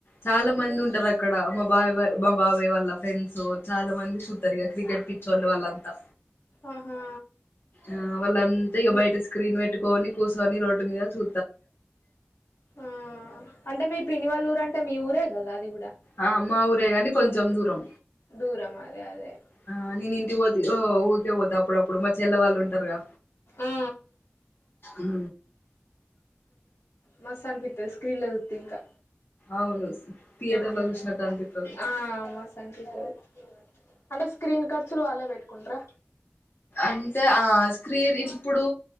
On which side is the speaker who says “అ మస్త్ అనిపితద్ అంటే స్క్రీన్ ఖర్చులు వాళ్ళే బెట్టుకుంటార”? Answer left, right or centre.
Left